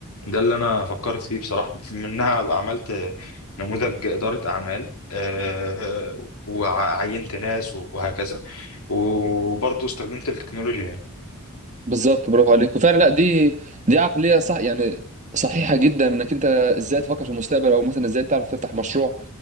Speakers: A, on the left; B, on the right.
A: ده اللي انا فكرت فيه بصراحه منها أبقى عملت نموذج اداره اعمال آه، وعينت ناس وهكذا وبرضه استخدمت التكنولوجيا يعني
B: بالظبط برافو عليك وفعلا لا دي دي عقليه صح يعني صحيحه جدا انك انت ازاي تفكر في المستقبل او مثلا ازاي تعرف تفتح مشروع